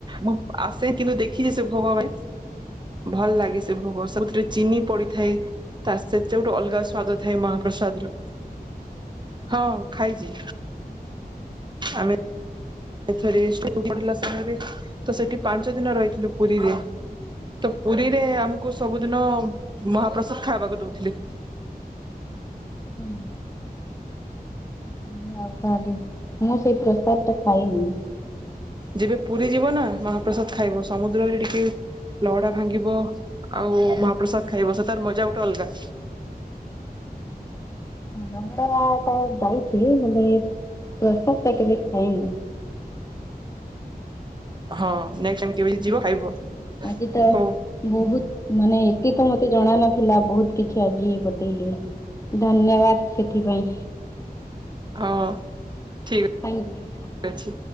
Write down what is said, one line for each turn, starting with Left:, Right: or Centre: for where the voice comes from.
Right: ମୁଁ ଆସେ କିନ୍ତୁ ଦେଖିଛି ସେ ଭୋଗ ପାଇଁ ଭଲ ଲାଗେ ସେ ଭୋଗ ସେ କୋଉଥିରେ ଚିନି ପଡିଥାଏ ତା ସେଥିରେ ଗୋଟେ ଅଲଗା ସ୍ଵାଦ ଥାଏ ମହାପ୍ରସାଦର। ହଁ ଖାଇଚି। ଆମେ ଏଥରେ ତ ପଡ଼ିଲ ସମୟରେ ତ ସେଠି ପାଞ୍ଚ ଦିନ ରହିଥିଲୁ। ପୁରୀରେ। ତ ପୁରୀରେ ଆ ତ ସବୁ ଦିନ ମହାପ୍ରସା ସବୁ ଖାଇବାକୁ ଦଉଥିଲି।
Left: ଉ ହୁଁ ଆଉ ତାହେଲେ ମୁଁ ସେ ପ୍ରସାଦ ଟା ଖାଇନି।
Right: ଯେବେ ପୁରୀ ଯିବ ନା ମହାପ୍ରସାଦ ଖାଇବ ସମୁଦ୍ରରେ ଟିକେ ଲହଡା ଭାଙ୍ଗିବ ଆଉ ମହା ପ୍ରସାଦ ଖାଇବସ ତାର ମଜା ଗୋଟେ ଅଲଗା।
Left: ଲହଡା ତ ଯାଇଥିଲ ହେଲେ ପ୍ରସାଦ ଟା କେ ଖାଇନି।
Right: ହଁ ନେକ୍ସଟ ଟାଇମ କେବେ ଯିବ ଖାଇବ
Left: ଆଜି ତ
Right: ହଉ
Left: ବହୁତ ମାନେ ଏତେ ତ ମତେ ଜଣା ନଥିଲା ବହୁତ କିଛି ଆଜି ବତେଇଲେ। ଧନ୍ୟବାଦ ସେଥିପାଇଁ।
Right: ହଁ। ଠିକ
Left: ଥ୍ୟାଙ୍କ ୟୁ।
Right: ଅଛି